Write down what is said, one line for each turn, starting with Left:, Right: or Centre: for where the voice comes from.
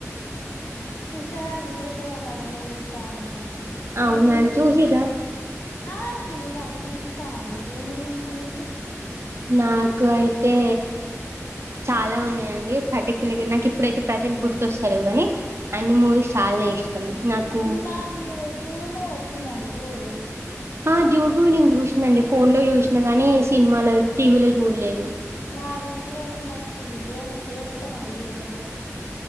Left: కృష్ణ గారి వీరప్రేమ కథ మూవీ ఇష్టం అండి నాకు
Right: అవునా
Left: మీక ఏ మూవీ
Right: చూసిరా
Left: వ ఇష్ట ఆ చూసని మీకు ఇష్టటఅన్ ఏ మూవీ ఇష్టాం మీకు
Right: నాకు అయితే చాలా ఉన్నాయియండి పర్టికులర్ గా నాకు ఇప్పుడైతే ప్రజెంట్ గుర్తుొస్త లేవు కానీ అన్ని మూవీస్ చాలానే ఇష్టం నాకు
Left: నా డ్యూ డ్యూము వచ్చిందండి డ్యూడు
Right: ఆ డ్యూడ్ మూవీ నేను చూసినా అండి ఫోన్ లో చూసినా కానీ సినిమాలో టీవీలో చూడలేదు
Left: వాడు హీరో అయితే మస్తు ఏ ఏడతానండి హీరోయిన్ కోసం